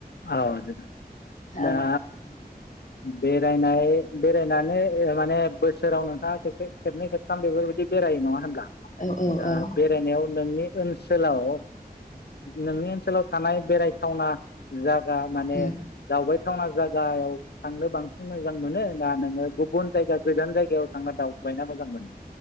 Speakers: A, on the left; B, on the left.
A: <unintelligible> दा
B: औ।
A: बेरायनाय बेरायनानै ओ माने बोसोराव नोंथाङा खेबसे खेबनै खेबथाम बेफोरबायदि बेरायो नङा होमब्ला?
B: औ औ
A: दा
B: औ
A: बेरायनायाव नोंनि ओनसोलाव नोंनि ओनसोलाव थानाय बेरायथावना जाग गा माने
B: उम
A: दावबाय थावना जागायाव थांनो बांसिन मोजां मोनो ना नोङो गुबुन जायगा गोजान जायगायाव थांना दावबायना मोजां मोनो।